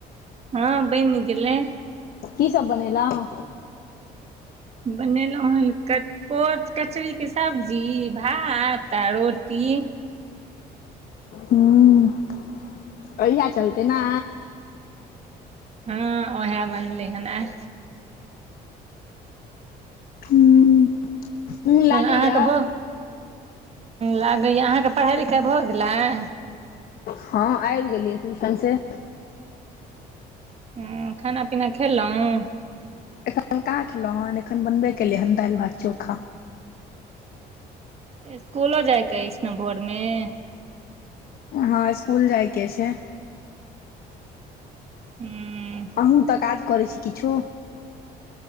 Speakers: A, on the right; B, on the left.
A: हँ बनि गेलै
B: की सब बनेलहु
A: बनेलहुँ हन क कोच कचरीे सब्जी भात आ रोटी
B: हूँ <unintelligible> बढ़िया चलते ने
A: हँ ओएह बनले हन आय
B: मोन लागैया
A: म अहाँके भ लागैया अहाँके पढ़ाइ लिखाइ भ गेलैय
B: हँ आब गेलियै ट्यूशन से
A: हु खाना पीना खेलहुँ
B: एखन कहाँ खेलहुँ हेन एखन बनबे केले हन दालि भात चोखा
A: इसकुलो जायके अइसना भोर में
B: हँ स्सकुल जाइ के ऐछ
A: नहि
B: अहूँ तऽ काज करै छी किछो